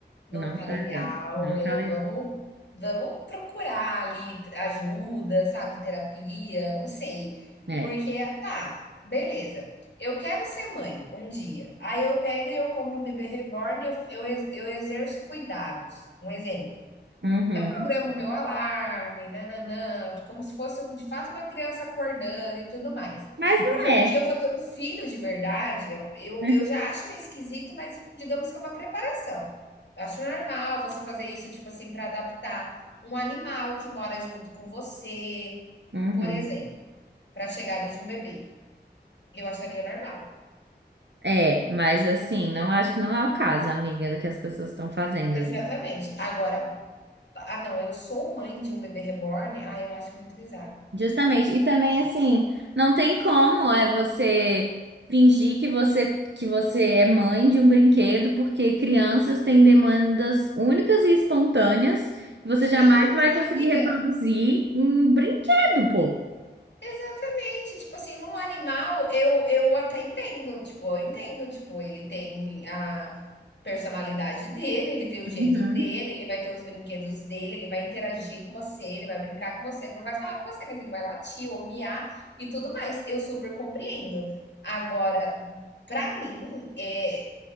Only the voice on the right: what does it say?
Não
tá
dando. Não
tá legal.
É.
Uhum.
Mas não
é.
né?
Uhum.
É, mas assim, não acho que não é o caso, amiga, do que as pessoas estão fazendo.
Justamente. E também assim, não tem como é você fingir que você que você é mãe de um brinquedo, porque crianças têm demandas únicas e espontâneas que você
jamais vai conseguir
reproduzir em brinquedo, pô.
Uhum.